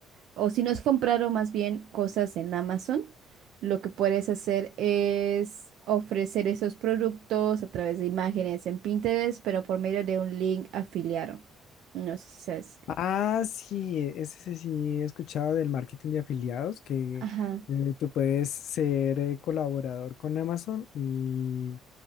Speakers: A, on the right; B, on the left.
A: o si no has comprado más bien cosas en Amazon, lo que puedes hacer es ofrecer esos productos a través de imágenes en Pinterest, pero por medio de un link afiliado. No sé si sabes. qué-
B: Ah, sí, e, ese sí sí he escuchado del marketing de afiliados, que
A: Ajá.
B: eh, tú puedes ser eh, colaborador con Amazon y,